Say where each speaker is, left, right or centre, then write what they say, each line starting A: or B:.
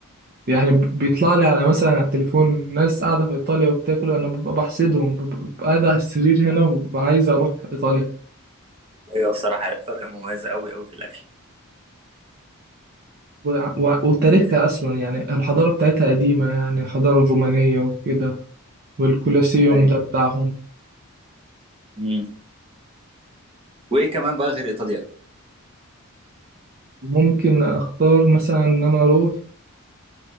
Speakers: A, on the right; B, on the right.
A: يعني بيطلع لي على مثلا على التليفون ناس قاعدة في ايطاليا وبتاكل انا ببقى بحسدهم ببقى ببقى قاعد على السرير هنا وببقى عايز اروح ايطاليا
B: ايوه بصراحه ايطاليا مميزه قوي قوي في الاكل
A: و... و... وتاريخها اصلا يعني الحضارة بتاعتها قديمة يعني الحضارة الرومانية وكده والكولوسيوم
B: ايوه
A: ده بتاعهم
B: امم وايه كمان بقى غير ايطاليا
A: ممكن اختار مثلا ان انا اروح